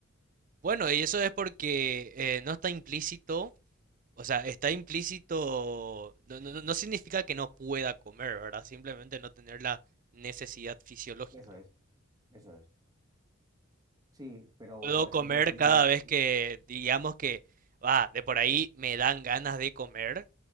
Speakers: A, on the right; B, on the right.
A: Bueno, y eso es porque eh, no está implícito O sea, está implícito, no, no- no no significa que no pueda comer, ¿verdad? Simplemente no tener la necesidad fisiológica.
B: Eso es, eso es. Sí, pero
A: Puedo
B: por ejemplo,
A: comer
B: si...
A: cada vez que, digamos que, va, de por ahí me dan ganas de comer,